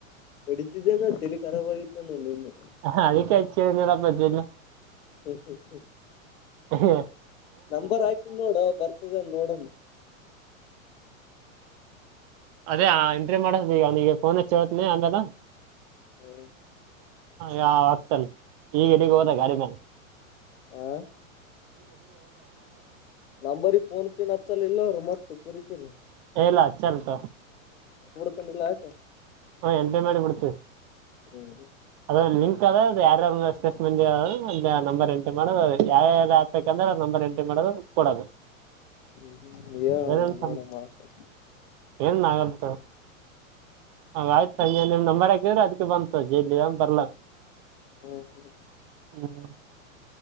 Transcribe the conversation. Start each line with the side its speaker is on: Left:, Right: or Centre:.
Left: ಪಡಿತಿದ್ದೇನ ತಲಿ ಖರಾಬ್ ಆಗಿತ್ತುಾನು ನಿನ್ನೆ
Right: ಹ ಅದಕ್ಕೆಾಯಚ್ಚೆ ಏನರ ಬದೇನೆ
Left: ಹ್ಮ್ ಹ್ಮ್ ಹ್ಮ
Right: ಹ್ಮ್
Left: ನಂಬರ್ ಆಗ್ತನ ನೋಡ ಬರ್ತದ ಅ ನೋಡಮ್ಮ
Right: ಅದೇ ಎಂಟ್ರಿ ಮಾಡದ ಈಗ ಅವ್ನಿಗೆ ಫೋನ್ ಹಚ್ಚಿ ಹತ್ನಿ ಆಮೇಲೆ
Left: ಹ್ಮ
Right: ಯಾವ ಆಗ್ತಲ್ ಈಗ ಇಡಗ
Left: ಹ್ಮ್
Right: ಹೋದ ಗಾಡಿ ಮೇಲೆ
Left: ಹ ನಂಬರಿ ಫೋನ್ ಪೇನ್ ಹಚ್ಚಲ್ಲ ಇಲ್ಲ ಅವರು ಮತ್ತೆ ಕಿರಿ ಕಿರಿ
Right: ಹೇಳಲ್ಲಾ ಚಲ್ತ
Left: ತಿಲ್ಲಾಟೆ
Right: ಹ ಎಂಟ್ರಿ ಮಾಡಿಬಿಡ್ತು
Left: ಹ್ಮ್
Right: ಅದ ಯಾರ ಸ್ಟೇಸ್್ಮೆ ನಂಬರ್ ಎಂಟ್ರಿ ಮಾಡದು ಯಾವ ಆಬೇಕಂದ್ರೆ ನಂಬರ್ ಎಂಟ್ರಿ ಮಾಡದು ಕೊಡದು
Left: ಹ್ಮ್ ಹೇಳ
Right: ಅದೇನನ್
Left: ನೀನೋಡ ಮಾತಾಡ
Right: ಏನನ್ಾಗತ್ ಹ ಆಯ್ತು ನೀನ್ ನಿಮ್ ನಂಬರ್ಾಕಿದ್ರೆ ಅದ್ ಬಂತು ಜಲ್ಲಿ ಬರ್ಲಾ
Left: ಹ್ಮ್ ಹ್ಮ್
Right: ಹ್ಮ್